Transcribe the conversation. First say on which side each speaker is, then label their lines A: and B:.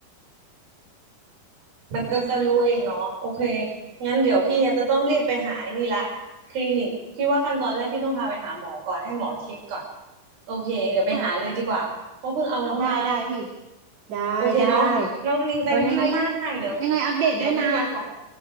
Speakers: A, on the right; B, on the right.
A: มันก็จะรู้เองเนาะโอเคงั้นเดี๋ยวพี่จะต้องรีบไปหาไอ้นี่ละคลินิกพี่ว่าขั้นตอนแรกพี่ต้องพาไปหาหมอก่อนให้หมอเช็คก่อนโอเคเดี๋ยวไปหาเลยดีกว่าเพราะเพิ่งเอาน้องมา
B: ค่ะได้ได้พี่ ได้ได้
A: โอเคเนาะน้องนิง thank
B: เออยังไง
A: you มากเดี๋ยว
B: ยังไงอัปเดตด้วยนะ
A: เดี๋ยวพี่มาบอก